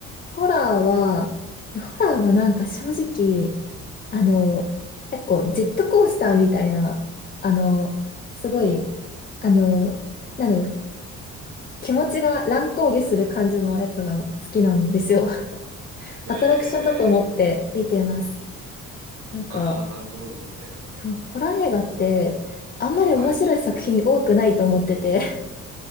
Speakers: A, on the left (about 30°); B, on the right (about 80°).
A: ホラーは、いやホラーはなんか正直、あの、結構ジェットコースターみたいな、あの、すごい、
B: お、
A: あの、なんだろう、気持ちが乱高下する感じのやつが好きなんですよ。<laughs>
B: へ
A: アトラクションだと思って見てます。
B: え。
A: なんか、
B: ああ、なるほどですね。
A: そう、ホラー映画って、あんまり面白い作品多くないと思ってて、
B: はい。